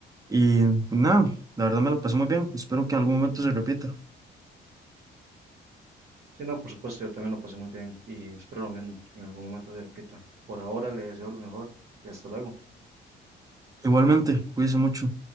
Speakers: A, on the right; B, on the right.
A: y nada, la verdad me la pasé muy bien. Espero que en algún momento se repita.
B: Sí, no, por supuesto, yo también lo pasé muy bien y espero lo mismo, que en algún momento se repita. Por ahora le deseo lo mejor y hasta luego.
A: Igualmente, cuídense mucho.